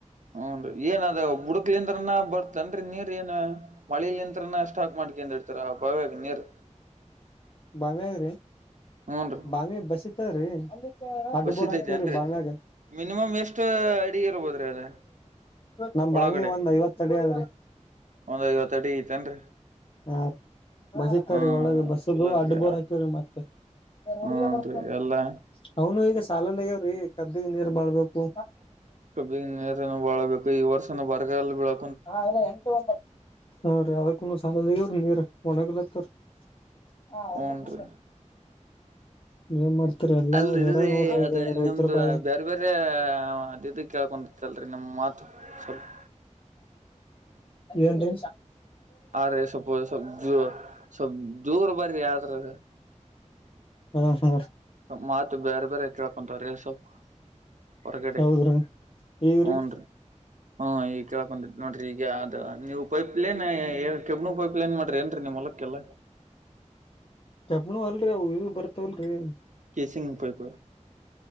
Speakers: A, on the right; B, on the left.
A: ಹುನ್ರಿ ಏನ್ ಅದ ಹುಡುಕ್ಲಿಂದ್ರನ ಬರ್ತನ್ರರಿ ನೀರ್ ಏನು. ಮಳೇಲಿ ನಿಂತ್ರನ ಸ್ಟಾಕ್ ಮಾಡ್ಕಂದ ಇಡ್ತಾರ ಬಾವಿಯಾಗ ನೀರ್.
B: ಬಾವಿಯಗ್ರಿ.
A: ಹೂನ್ರಿ
B: ಬಾಮ ಬಸಿತದ್ರೀ ಅಡ್
A: ಬಸಿದೈತೇನ್ರಿ
B: ಬೋರ್ ಹಾಕವ್ರಿ ಬಾಮ್ಯಾಗ.
A: ಮಿನಿಮಮ್ ಎಷ್ಟ ಅಡಿ ಇರ್ಬೋದ್ರಿ ಅದ
B: ನಮ್
A: ಒಳಗಡೆ
B: ಭಾವಿ ಒಂದ್ ಐವತ್ತ ಅಡಿ ಆದ್ರಿ.
A: ಒಂದ್ ಐವತ್ ಅಡಿ ಐತೇನ್ರಿ
B: ಹಾ ಬಸಿತಾರೆ
A: ಹಾ
B: ರೀ ಒಳಗ ಬಸ್.
A: ಚಲೋ ಐತ್ರಿ
B: ಅಡ್ ಬೋರ್ ಹಾಕವರಿ ಮತ್ತೆನು
A: ಹನ್ರಿ ಎಲ್ಲಾ
B: ಈಗ ಸಾಲ. ಕಬ್ಬಿಗೆ ನೀರ್ ಬಾಳಬೇಕು.
A: ಕಬ್ಬಿ ನೀರ ಬಾಳಬೇಕು ಈ ವರ್ಷನ ಬರಗಲ್ ಬಿಡು
B: ಹಾರೀ ಅದಕ್ಕು ಸಾಲದ ಇವ್ರಿ ನೀರ್ ಒಣಗಲತ್ತವರಿ. <unintelligible>
A: ಹೂನ್ರಿ ಅಲ್ರರಿ
B: ಹೇರಾಣ ನೋಡ್ರಿ
A: ಅದ
B: ಈಗ ರೈತರ
A: ನಿಮ್ದ
B: ಬಾಳೆ
A: ಬೇರೆ ಬೇರೆ ಅದ ಇದು ಕೇಳ್ಕೊತ್ತಲ್ರಿ ನಿಮ್ ಮಾತು. <unintelligible>
B: ಏನ್ರಿ
A: ಆದ್ರೆ ಸ್ವಲ್ಪ ಸ್ವಲ್ಪ ಜ ಸ್ವಲ್ಪ ದೂರಬರಿ ಆದ್ರೆ
B: ಹ್ಮ್ ಹ್ಮ ರ
A: ಮಾತು ಬ್ಯಾರ ಬ್ಯಾರೆ ಕೆಳಕ್ಕಂಥವರಿ ಸ್ವಲ್ಪ ಹೊರಗಡೆ
B: ಹೌದ್ರಿ ಈಗ್ರಿ
A: ಹುನ್ರಿ ಹು ಈಗ ಕೇಳಕ್ಕಂತೈತಿ ನೋಡ್ರಿ ಈಗ ಅದ್ ನೀವು ಪೈಪ್ಲೈನ್ ಎ ಕೆಬ್ನೂ ಪೈಪ್ ಲೈನ್ ಮಾಡಿರ್ ಏನ್ರೀ ನಿಮ್ಮ ಹೊಲಕ್ಕೆಲ್ಲ
B: ಕೇಬ್ಬನು ಅಲ್ರಿ ಅವ ಇವ ಬರ್ತವಲ್ಲರಿ
A: ಕೇಸಿಂಗ ಪೈಪ್